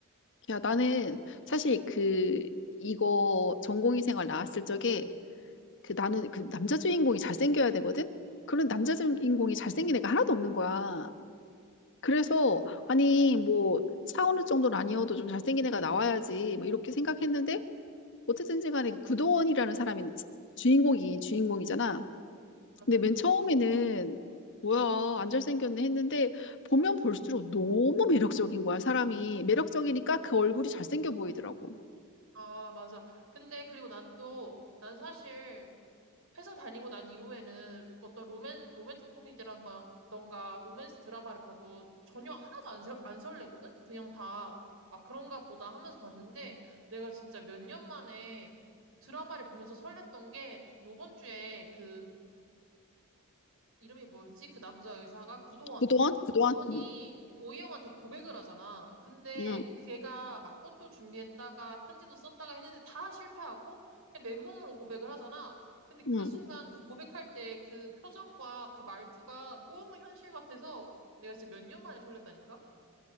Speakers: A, on the left; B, on the right.
A: 야, 나는 사실 그, 이거 전공의 생활 나왔을 적에 그 나는 그 남자 주인공이 잘생겨야 되거든? 그런 남자 주인공이 잘생긴 애가 하나도 없는 거야. 그래서, 아니, 뭐, 차은우 정도는 아니어도 좀 잘생긴 애가 나와야지. 뭐, 이렇게 생각했는데, 어쨌든지 간에 그 구도원이라는 사람이 주인공이 주인공이잖아.
B: 맞아.
A: 근데 맨 처음에는, 뭐야, 안 잘생겼네 했는데, 보면 볼수록 너무 매력적인 거야, 사람이. 매력적이니까 그 얼굴이 잘생겨 보이더라고.
B: 아, 맞아. 근데 그리고 난 또, 난 사실 회사 다니고 난 이후에는 어떤 로맨, 로맨틱 코미디라던가 던가 로맨스 드라마를 봐도 전혀 하나도 안, 설, 안 설레거든? 그냥 다, 아, 그런가 보다 하면서 봤는데 내가 진짜 몇 년 만에 드라마를 보면서 설렜던 게 요번 주에 그 이름이 뭐였지? 그 남자 의사가 구도원.
A: 그동안? 그동안?
B: 구도원이
A: 응,
B: 오이영한테 고백을 하잖아. 근데
A: 응,
B: 걔가 막 꽃도 준비했다가 편지도 썼다가 했는데 다 실패하고 그냥 맨몸으로 고백을 하잖아. 근데 그
A: 응.
B: 순간
A: <laughs>
B: 그 고백할 때 그 표정과 그 말투가 너무 현실 같아서 내가 진짜 몇 년 만에 설렜다니까?